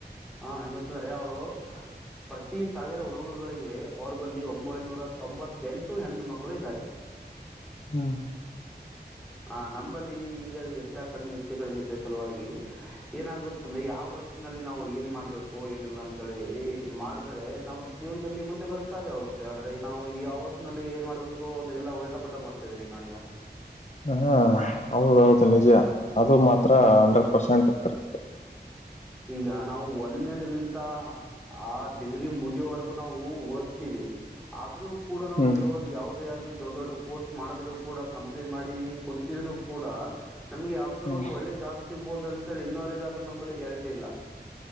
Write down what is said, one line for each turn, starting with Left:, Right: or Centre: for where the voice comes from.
Centre: ಹಾ ಹೆಂಗ ತಂದ್ರ ಯ ಅವರು ಪ್ರತಿ ಸಾವಿರ ಹುಡುಗರುಗಳಿಗೆ ಅವ್ರ ಬಲ್ಲಿ ಒಂಬೈನೂರ ತೊಂಬತ್ತೆಂಟು ಹೆಣ್ಣು ಮಕ್ಕಳು ಇದ್ದಾರೆ
Left: ಹ್ಮ
Centre: ಹ ನಂಬಲ್ಲಿ ಹಿಂಗ ಹೆಚ್ಚ ಕಡಿಮೆ ಹೆಚ್ಚು ಕಡಿಮೆ ಇದ್ದೆ ಸಲುವಾಗಿ ಏನಾಗುತ್ತೆಂದ್ರೆ ಯಾವ ವಯಸ್ಸಿನಲ್ಲಿ ನಾವು ಏನ್ ಮಾಡ್ಬೇಕು ಏನಿಲ್ಲ ಅಂತೇಳಿ ಮಾಡಿದ್ರೆ ನಾವು ಜೀವನದಲ್ಲಿ ಮುಂದೆ ಬರಕ್ ಸಾಧ್ಯ ೋಗುತ್ತ ಆದ್ರೆ ನಾವು ಈ ಆವಸ್ ನಲ್ಲಿ ಏನ್ ಮಾಡ್ಬೇಕು ಅದೆಲ್ಲಾ ಉಲ್ಟಾ ಪಲ್ಟ ಮಾಡ್ತಾಿದೀವಿ ನಾವೀಗ
Left: ಹ ಹೌದೌದು ನಿಜ ಅದು ಮಾತ್ರ ಹಂಡ್ರೆಡ್ ಪರ್ಸೆಂಟ್ ಕರೆಕ್ಟ್
Centre: ಈಗ ನಾವು ಒಂದೇದ್ರಲಿಂತ ಆ ಡಿಗ್ರಿ ಮುಗಿಯವರೆಗೂ ನಾವು ಓದ್ತಿವಿ ಆದ್ರೂ ಕೂಡ ನಾವು
Left: ಹ್ಮ್
Centre: ಒಂದು ಯಾವುದೇ ಆಗ್ಲಿ ದೊಡ್ಡ ದೊಡ್ಡ ಕೋರ್ಸ್ ಮಾಡಿದ್ರು ಕೂಡ ಕಂಪ್ಲೀಟ್ ಮಾಡಿ ಕುಂತಿದ್ರು ಕೂಡ ನಮ್ಗೆ ಯಾವ್ದಾದ್ರು
Left: ಹ್ಮ್
Centre: ಒಂದು ಒಳ್ಳೆ ಜಾಬ್ ಸಿಗ್ಬಹುದು ಅಂತೇಳಿ ಇನ್ನವರೆಗಾದ್ರರು ನಂಬಲ್ಲಿ ಗ್ಯಾರಂಟಿ ಇಲ್ಲ